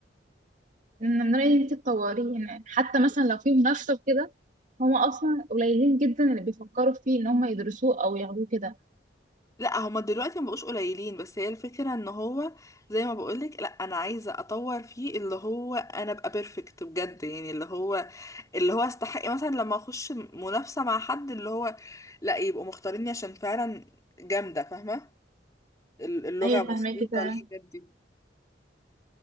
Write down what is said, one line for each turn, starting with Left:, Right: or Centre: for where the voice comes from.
Right: من رأيي انت تطوريه يعني حتى مثلا لو في منافسة وكده هما أصلا قليلين جدا اللي بيفكروا فيه إن هما يدرسوه أو ياخدوه كده
Left: لا هما دلوقتي مبقوش قليلين بس هي الفكرة ان هو زي ما بقولك لا انا عايزة اطور فيه اللي هو انا ابقى بيرفكت بجد يعني اللي هو اللي هو استحق مثلا لما اخش منافسة مع حد اللي هو لا يبقوا مختاريني عشان فعلا جامدة فاهمة ال- اللغة
Right: أيوة
Left: مظبوطة
Right: فهماكي فعلا
Left: الحاجات دي